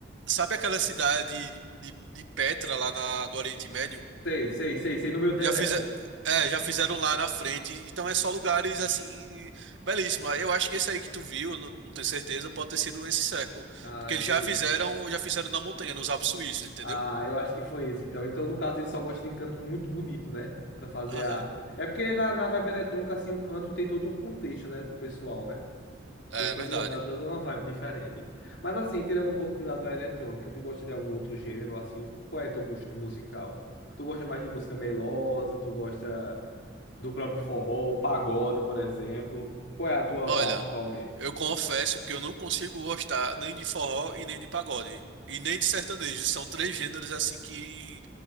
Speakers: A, on the right; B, on the left.
A: Sabe aquela cidade de, de Petra lá na, no Oriente Médio?
B: Sei, sei, sei, sei, no meio do
A: Já
B: deserto.
A: fiz, é, já fizeram lá na frente, então é só lugares assim belíssimos. Eu acho que esse aí que tu viu, não, não tenho certeza, pode ter sido esse Circle,
B: Ah,
A: porque eles
B: entendi.
A: já fizeram, já fizeram na montanha, nos Alpes Suíços, entendeu?
B: Ah, eu acho que foi esse, então. Então, no caso, ele só gosta de canto muito bonito, né? Pra fazer
A: Aham.
B: a. É porque na, na vibe eletrônica, assim, o canto tem todo um contexto, né, pro pessoal, né?
A: É
B: Tem todo,
A: verdade.
B: dá, dá uma vibe diferente. Mas, assim, tirando um pouco de lado a eletrônica, tu gosta de algum outro gênero, assim? Qual é teu gosto musical? Tu gosta mais de música melosa? Tu gosta do próprio forró, pagode, por exemplo? Qual é a tua
A: Olha,
B: vibe atualmente?
A: eu confesso que eu não consigo gostar nem de forró e nem de pagode e nem de sertanejo. São três gêneros assim que